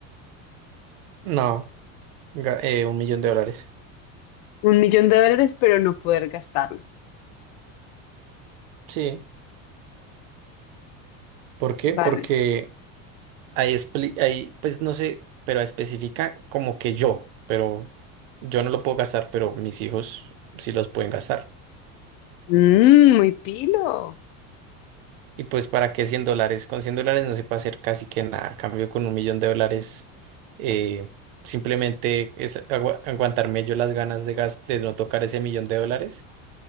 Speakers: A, on the right; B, on the left.
A: no, ga- eh, un millón de dólares.
B: Un millón de dólares pero no poder gastarlo.
A: Sí, ¿por qué?
B: Vale.
A: Porque Ahí, expli- ahí, pues no sé, pero especifica como que yo, pero yo no lo puedo gastar, pero mis hijos sí los pueden gastar.
B: Mm, muy pilo.
A: Y pues para qué 100 dólares, con 100 dólares no se puede hacer casi que nada. A cambio con un millón de dólares, eh, simplemente es agua- aguantarme yo las ganas de, gas- de no tocar ese millón de dólares